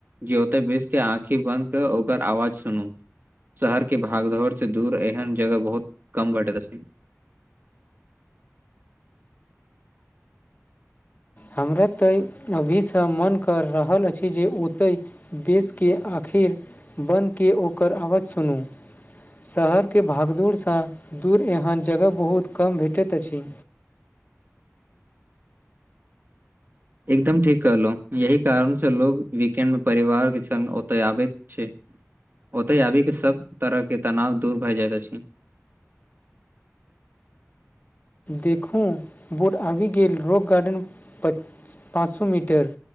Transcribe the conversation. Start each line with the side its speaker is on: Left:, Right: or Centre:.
Right: जे ओते बेस के आँखि बंद के ओकर आवाज सुनू शहर के भागदौड़ से दूर एहन जगह बहुत कम बटे तऽ अछि
Left: हमरा तऽ अभीसँ मन करऽ रहल अछि जे ओतय बेसके आखिर बन्दके ओकर आवाज सुनू शहरके भागदूड़सँ दूर एहन जगह बहुत कम भेटैत अछि
Right: एकदम ठीक कहलो यह कारण से लोग वीकेंड मे परिवार के संग ओतय आबित छै ओतय आबी के सब तरह के तनाव दूर भए जाइत अछि
Left: देखू बोड आबि गेल रॉक गार्डन पर पाँच सए मीटर